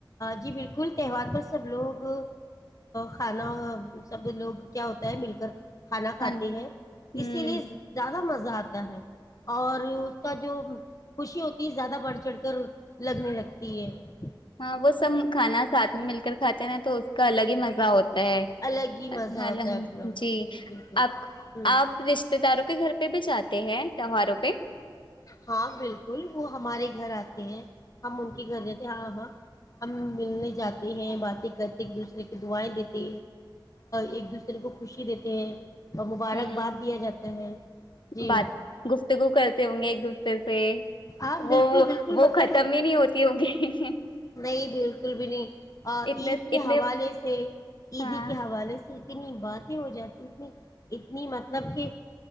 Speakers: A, on the left; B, on the left.
A: جی بالکل تہوار پر سب لوگ کھانا سب لوگ کیا ہوتا ہے مل کر کھانا کھاتے
B: کھان
A: ہیں
B: ہوں
A: اسلیے زیادہ مزہ مزہ آتا ہے اور اس کا جو <unintelligible> خوشی ہوتی ہے زیادہ بڑھ چڑھ کر لگنے لگتے تین <inaudible> <unintelligible>
B: ہاں وہ سب کھانا ساتھ میں مل کر کھاتے ہیں نا تو اس کا الگ ہی مزہ ہوتا ہوتا
A: الگ ہی مزہ ہوتا
B: ہے
A: اپنا
B: جی
A: بالکل
B: آپ
A: ہوں
B: آپ رشتے داروں کے گھر پہ بھی جاتے ہیں تہواروں پہ
A: ہاں بالکل وہ ہمارے گھر آتے ، ہیں ہم ان کے گھر جاتے ہاں ہاں ہم ملنے جاتے ہیں باتیں کرتے ایک دوسرے کو دعائیں دیتے ایک دوسرے کو خوشی دیتے ہیں اور مبارکباد
B: ہ
A: دیا جاتا ہے جی
B: بات گفتگو کرتے ہونگے وہ
A: آپ بالکل
B: وہ
A: بالکل
B: وہ
A: مطلب
B: ختم ہی نہیں ہوتی ہوگی
A: نہیں بالکل بالکل بھی نہیں
B: اتنے
A: عید کے
B: اتنے
A: حوالے سے عیدی
B: ہاں
A: کے حوالے سے اتنی باتیں ہو جاتی اتنی اتنی مطلب کہ